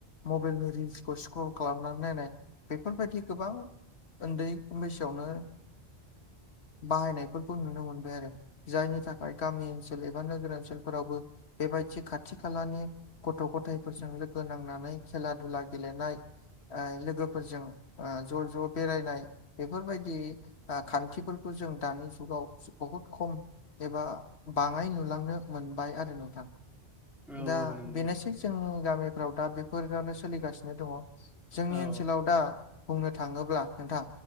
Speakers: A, on the left; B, in the centre.
A: मबाइलनि रिल्सखौ स्क्र'ल खालामनानै नायनाय बेफोरबायदि गोबां उन्दै बैसोआवनो बाहायनायफोरखौ नुनो मोनबाय आरो जायनि थाखाय गामि ओनसोल एबा नोगोर ओनसोलफोरावबो बेबायदि खाथि खालानि गथ' गथाइफोरजों लोगो नांनानै खेला दुला गेलेनाय लोगो फोरजों ज' ज' बेरायनाय बेफोरबायदि खान्थिफोरखौ जों दानि जुगाव बहुद खम एबा बाङाय नुलांनो मोनबाय आरो नोंथां।
B: औ
A: दा
B: औ नंगौ
A: बेनोसै
B: नोंथां
A: जोंनि गामिफ्राव दा बेफोरानो सोलिगासिनो दङ जोंनि
B: औ
A: ओनसोल दा बुंनो थाङोब्ला नोंथां